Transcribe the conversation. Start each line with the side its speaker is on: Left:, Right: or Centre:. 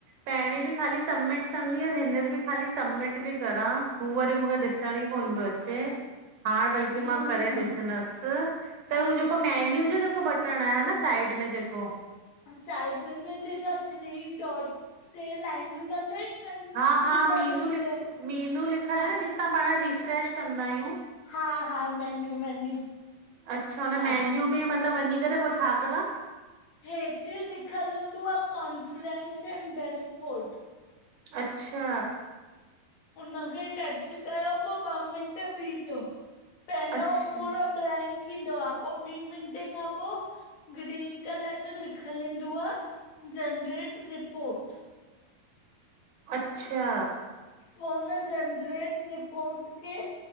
Right: पहिरी बि खाली सबमिट कंदी हुअसि, हींअर बि ख़ाली सबमिट पी करां, हू वरी मुखे ॾिसणं ई कोन पियो अचे, हाण बल्कि मां
Left: न
Right: करे
Left: न
Right: ॾिसंदस, त
Left: हर
Right: हू जेको मेन्यू जो जेको बटण आए ह न साइड में जेको?
Left: साइड में जेका थिरी डोट ट्रे लाइनियू न ठहियूं आहिनि
Right: हा -हा,
Left: जितां
Right: मीनू
Left: रिफ्रेश
Right: लिख मीनू लिखियलु
Left: हा
Right: आ न जितां पांण रिफ्रेश कंदा आहियूं
Left: हा -हा, मेन्यू -मेन्यू
Right: अच्छा हुन
Left: हा
Right: मेन्यू में मतलबु वंञीं करे, पो छा करां?
Left: हेठि लिखियलु हूंदुव कॉन्फ्रेंस एंड डेशबोर्ड
Right: अच्छा
Left: उनखे टच कयो, पो ॿ मिंट बीहिजो पहिरियों
Right: अच्छा
Left: पूरो ब्लैंक ईंदो आ, पो ॿी मिंटे खां पो ग्रीन कलर जो लिखियलु इंदुव जनरेट रिपोर्ट
Right: अच्छा
Left: पो हुन जनरेट रिपोर्ट खे